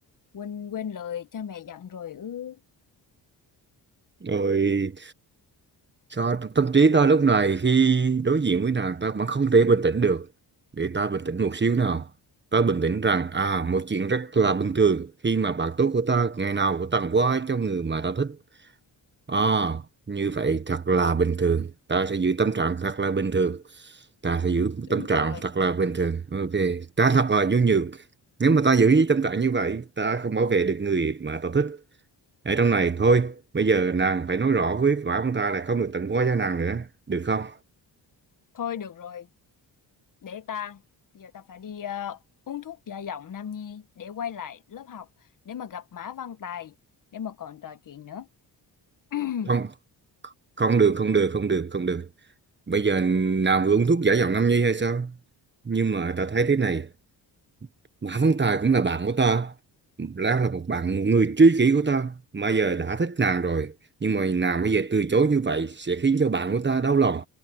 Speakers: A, on the left; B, on the right.
A: Huynh quên lời cha mẹ dặn rồi ư?
B: rồi cho tâm trí ta lúc này khi đối diện với nàng ta vẫn không thể bình tĩnh được. Để ta bình tĩnh một xíu nào. Ta bình tĩnh rằng à một chuyện rất là bình thường khi mà bạn tốt của ta ngày nào cũng tặng quà cho người mà ta thích. À như vậy thật là bình thường. Ta sẽ giữ tâm trạng thật là bình thường. Ta sẽ giữ
A: Đúng
B: tâm trạng
A: rồi.
B: thật là bình thường. Ok. Ta thật
A: Rồi.
B: là nhu nhược. Nếu mà ta giữ tâm trạng như vậy ta không bảo vệ được người mà ta thích ở trong này thôi bây giờ nàng phải nói rõ với quả ông ta là không được tặng quá giá nàng nữa được không
A: Thôi được rồi, Để ta, giờ ta phải đi ờ, uống thuốc gia giọng Nam Nhi để quay lại lớp học để mà gặp Mã Văn Tài để mà còn trò chuyện nữa. <clears throat>
B: không không được không được không được không được bây giờ nàng vừa uống thuốc giả giọng Nam Nhi hay sao nhưng mà ta thấy thế này Mã Văn Tài cũng là bạn của ta Lão là một bạn một người tri kỷ của ta mà giờ đã thích nàng rồi nhưng mà nàng bây giờ từ chối như vậy sẽ khiến cho bạn của ta đau lòng